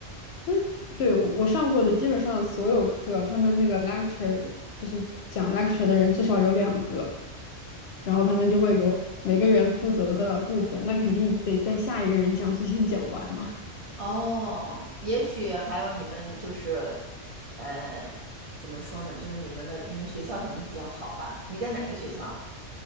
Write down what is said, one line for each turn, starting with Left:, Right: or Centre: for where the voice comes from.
Left: 哎，对，我我上过的基本上所有课，他们那个 lecture 就是讲 lecture 的人至少有两个，然后他们就会有每个人负责的部分，那肯定得在下一个人讲之前讲完嘛。
Right: 哦，也许还有你们就是，呃，怎么说呢？就是你们的你们学校可能比较好吧？你在哪个学校？